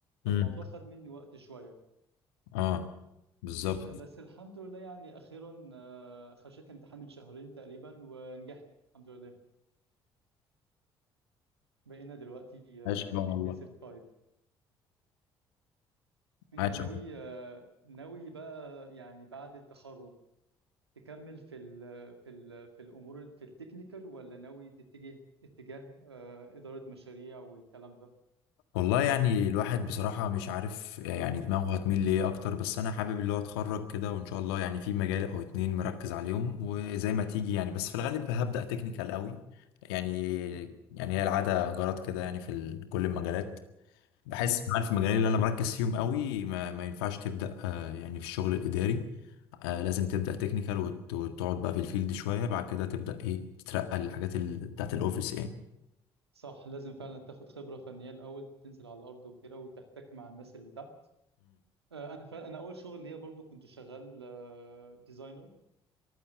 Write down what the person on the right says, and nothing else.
فالموضوع خد مني وقت شوية
آه، بس الحمد لله يعني أخيرا آه، خشيت امتحان من شهرين تقريبا ونجحت الحمد لله بقينا دلوقتي بي
ام بي سيرتيفايد أنت
ناوي آه، ناوي بقى يعني بعد التخرج تكمل في ال في ال في الامور في التكنيكال ولا ناوي تتجه اتجاه آه، اداره مشاريع والكلام ده
مم.
مم.
صح لازم فعلا تاخد خبره فنيه الاول تنزل على الارض وكده وتحتك مع الناس اللي تحت آه، انا فعلا انا اول شغل ليا برضو كنت شغال ديزاينر